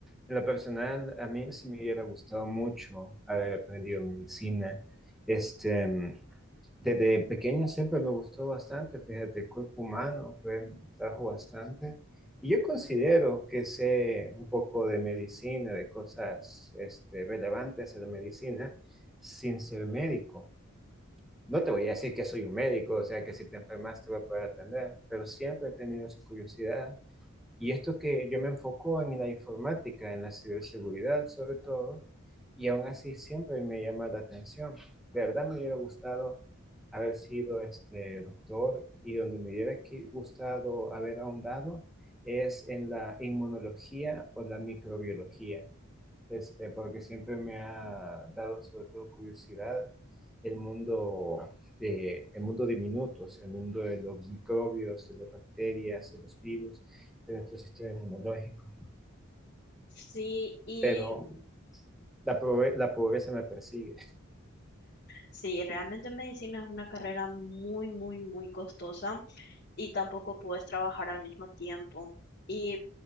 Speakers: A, in the centre; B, on the left.
A: En lo personal, a mí sí me hubiera gustado mucho haber aprendido medicina. Este, desde pequeño siempre me gustó bastante, fíjate, el cuerpo humano fue, me trajo bastante. Y yo considero que sé un poco de medicina, de cosas este, relevantes a la medicina, sin ser médico No te voy a decir que soy un médico, o sea, que si te enfermas te voy a poder atender, pero siempre he tenido esa curiosidad. Y esto que yo me enfoco en la informática, en la ciberseguridad sobre todo, y aún así siempre me llama la atención. De verdad me hubiera gustado haber sido este doctor y donde me hubiera que- gustado haber ahondado es en la inmunología o la microbiología este, porque siempre me ha dado sobre todo curiosidad el mundo, de, el mundo de minutos, el mundo de los microbios, de las bacterias, de los virus, de nuestro sistema inmunológico.
B: Sí, y
A: Pero la, pobre- la pobreza me persigue.
B: sí, realmente medicina es una carrera muy, muy, muy costosa y tampoco puedes trabajar al mismo tiempo. Y